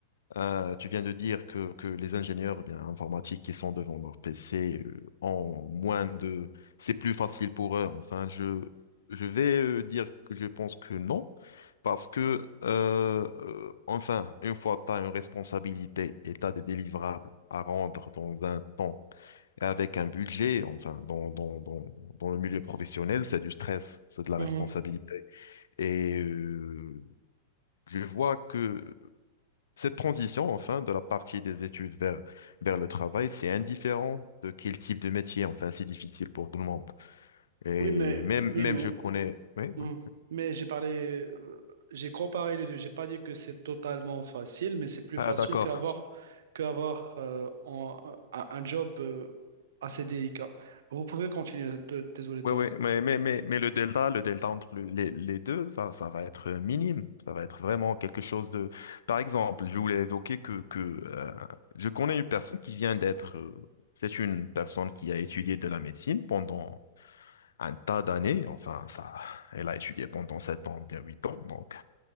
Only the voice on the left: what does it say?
Euh, tu viens de dire que, que les ingénieurs eh bien, informatiques qui sont devant leur PC euh, ont moins de... C'est plus facile pour eux. Enfin, je, je vais euh, dire que je pense que non, parce que, euh, euh, enfin, une fois que tu as une responsabilité et tu as des délivrables à rendre dans un temps et avec un budget, enfin, dans, dans, dans, dans le milieu professionnel, c'est du stress, c'est de la
responsabilité. Et euh, je vois que cette transition, enfin, de la partie des études vers, vers le travail, c'est indifférent de quel type de métier. Enfin, c'est difficile pour tout le monde. Et
même,
même
je connais. Oui,
oui.
Ah,
d'accord.
Oui, oui, mais, mais, mais, Mais le delta, le delta entre le- les, les deux, ça, ça va être minime. Ça va être vraiment quelque chose de. Par exemple, je voulais évoquer que, que euh, je connais une personne qui vient d'être. euh, c'est une personne qui a étudié de la médecine pendant un tas d'années. Enfin, ça, elle a étudié pendant sept ans, bien huit ans. Donc,